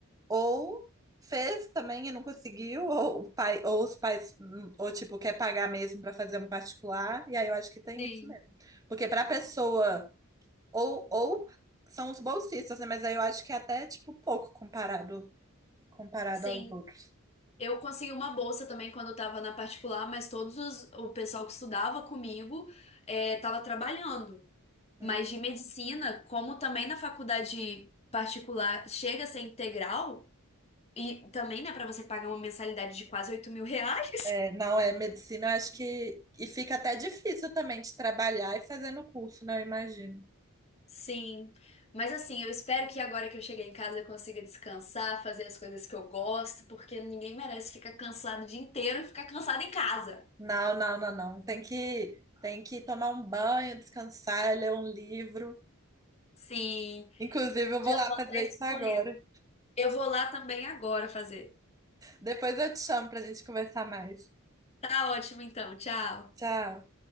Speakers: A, on the right; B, on the left.
A: Ou fez também e não conseguiu, ou o pai, ou os pais, hum, ou tipo, quer pagar mesmo para fazer um particular, e aí eu acho que tem
B: sim,
A: isso mesmo. Porque para pessoa, ou, ou são os bolsistas, né? Mas aí eu acho que é até tipo pouco comparado comparado
B: sim.
A: aos outros.
B: Eu consegui uma bolsa também quando eu tava na particular, mas todos os, o pessoal que estudava comigo é, tava trabalhando.
A: Hum.
B: Mas de medicina, como também na faculdade particular chega a ser integral. E também, né, pra você pagar uma mensalidade de quase oito mil reais?
A: É, não é medicina, eu acho que e fica até difícil também de trabalhar e fazer no curso, né? Eu imagino.
B: <laughs> Sim. Mas assim, eu espero que agora que eu cheguei em casa eu consiga descansar, fazer as coisas que eu gosto, porque ninguém merece ficar cansado o dia inteiro e ficar cansado em casa.
A: Não, não, não, não. Tem que tem que tomar um banho, descansar, ler um livro.
B: Sim.
A: Inclusive, eu vou
B: Já
A: lá
B: tô
A: fazer
B: até escolhendo.
A: isso agora.
B: Eu vou lá também agora fazer.
A: Depois eu te chamo pra gente conversar mais.
B: Tá ótimo então, tchau.
A: Tchau.